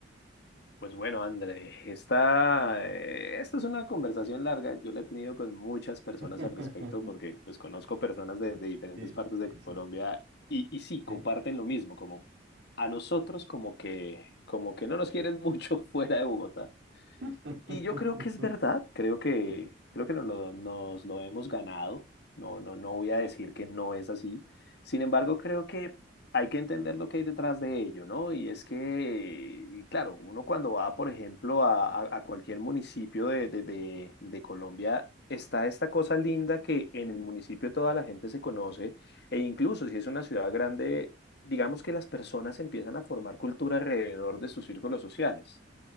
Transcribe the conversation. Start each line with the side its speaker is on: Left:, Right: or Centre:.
Left: Pues bueno, André, esta, eh, esta es una conversación larga. Yo la he tenido con muchas personas
Right: <laughs>
Left: al respecto porque pues conozco personas de, de diferentes
Right: Sí,
Left: partes de
Right: sí,
Left: Colombia
Right: sí, sí.
Left: y, y sí, comparten
Right: Sí,
Left: lo mismo, como a nosotros como que, como que no nos quieren mucho <laughs> fuera de Bogotá.
Right: <laughs>
Left: Y yo creo que es verdad, creo que, creo que nos lo, nos lo hemos ganado. No, no, no voy a decir que no es así. Sin embargo, creo que hay que entender lo que hay detrás de ello, ¿no? Y es que, y claro, uno cuando va, por ejemplo, a, a- a cualquier municipio de, de, de, de Colombia, está esta cosa linda que en el municipio toda la gente se conoce, e incluso si es una ciudad grande, digamos que las personas empiezan a formar cultura alrededor de sus círculos sociales.